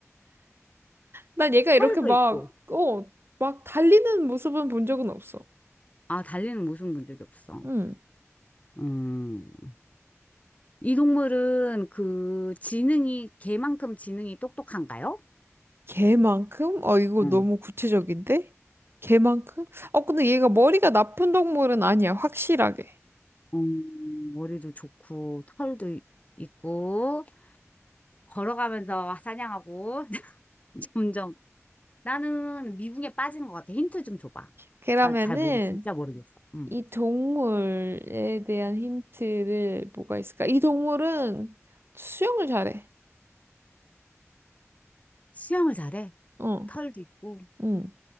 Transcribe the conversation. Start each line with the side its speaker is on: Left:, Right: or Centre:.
Right: 난 얘가 이렇게
Left: 털도
Right: 막,
Left: 있고.
Right: 어, 막 달리는 모습은 본 적은 없어.
Left: 아, 달리는 모습 본 적이 없어.
Right: 응.
Left: 음. 이 동물은 그 지능이, 개만큼 지능이 똑똑한가요?
Right: 개만큼? 어, 이거
Left: 음.
Right: 너무 구체적인데? 개만큼? 어, 근데 얘가 머리가 나쁜 동물은 아니야, 확실하게.
Left: 음, 머리도 좋고, 털도 이- 있고, 걸어가면서 사냥하고, <laughs> 점점. 나는 미궁에 빠진 것 같아. 힌트 좀 줘봐.
Right: 그러면은,
Left: 나 잘 모르, 진짜 모르겠어. 응.
Right: 이 동물에 대한 힌트를 뭐가 있을까? 이 동물은 수영을 잘해.
Left: 수영을 잘해.
Right: 어,
Left: 털도 있고,
Right: 응.